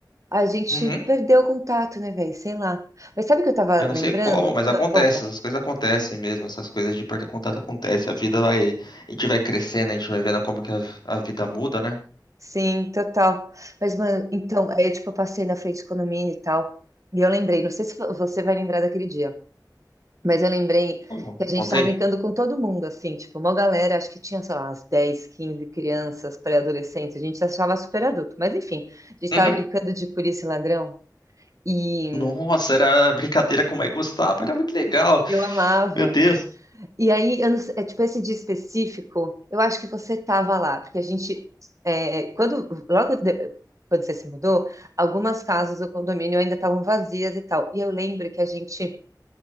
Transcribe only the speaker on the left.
Uhum.
Eu não
sei como, mas
acontece,
essas coisas acontecem mesmo, essas coisas de perder contato acontecem. A vida vai, a gente vai crescendo, a gente vai vendo como que a, a vida muda, né?
Ou
Contei?
Uhum.
Nossa, era brincadeira com o Mike Gustavo, era muito legal.
Meu Deus.